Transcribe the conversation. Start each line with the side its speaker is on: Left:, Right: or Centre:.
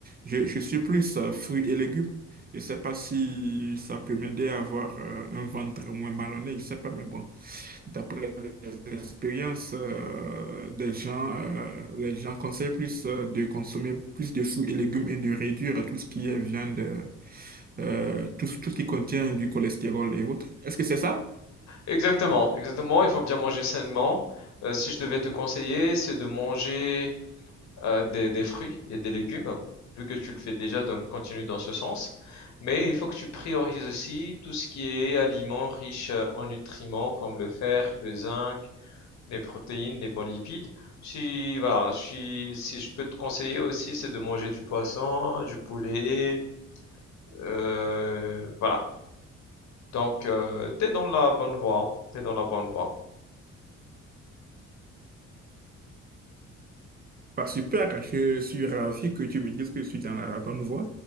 Right: Je, je suis plus euh, fruits et légumes. Je sais pas si ça peut m'aider à avoir euh, un ventre moins ballonné, je sais pas, mais bon, d'après les expériences euh, des gens, euh, les gens conseillent plus euh, de consommer plus de fruits et légumes et de réduire tout ce qui est viande. euh, euh, tout, tout ce qui contient du cholestérol et autres. Est-ce que c'est ça?
Left: Exactement, exactement, il faut bien manger sainement. Heu, si je devais te conseiller, c'est de manger, heu, des des fruits et des légumes, vu que tu le fais déjà, donc continue dans ce sens. Mais il faut que tu priorises aussi tout ce qui est aliments riches, heu, en nutriments comme le fer, le zinc, les protéines, les bons lipides. Si voilà, si si je peux te conseiller aussi, c'est de manger du poisson, du poulet, heu, voilà. Donc, euh, t'es dans la bonne voie, hein. T'es dans la bonne voie.
Right: Bah, super, je suis ravi que tu me dises que je suis dans la bonne voie